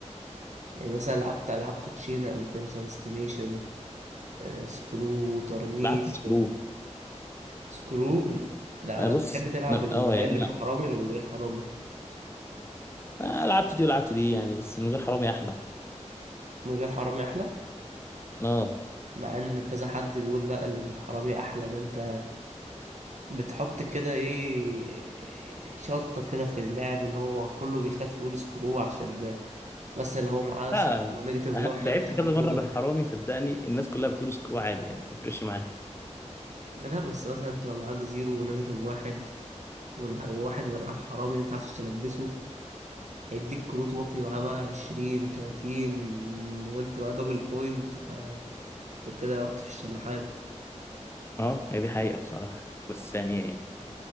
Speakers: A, on the right; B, on the left.
A: يعني مثلا لعبت ألعاب كوتشينة قبل كده مثلا استيميشن آه، سكرو وترنيب
B: لعبت سكرو
A: سكروب لا
B: آه بص
A: بتحب تلعب
B: أنا-
A: ال-
B: اه يعني
A: اللي
B: انا
A: بالحرامي ولا من غير حرامي
B: آه، لعبت دي ولعبت دي يعني بس من غير حرامي احلى
A: من غير حرامي احلى
B: اه
A: مع ان كذا حد بيقول لا اللي بالحرامي احلى ده انت بتحط كده ايه شطة كده في اللعب اللي هو كله بيخاف يقول سكرو عشان بس اللي هو معاه
B: لا
A: صفر ونيجاتيف
B: آه،
A: واحد
B: لعبت
A: يخاف
B: كذا
A: يجيله
B: مرة
A: دول
B: بالحرامي صدقني الناس كلها بتقول سكرو عادي يعني ما بتفرقش معايا
A: لا بس مثلا انت لو معاك زيرو ونيجاتيف واحد والح- والواحد اللي معاه الحرامي اللي انت عارفش تلبسه هيديك كروت وقني معاه بقى عشرين تلاتين وانت بقى دبل بوينت انت كده رحت في الشلاحات
B: اه هي دي حقيقة بصراحة بس يعني